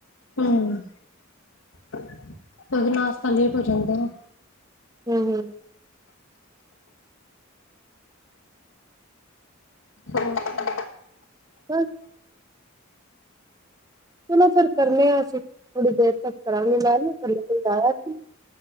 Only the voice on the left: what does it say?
ਹਾ ਕਦੇ ਨਾਸ਼ਤਾ ਲੇਟ ਹੋ ਜਾਂਦਾ ਏ।
ਹੋਰ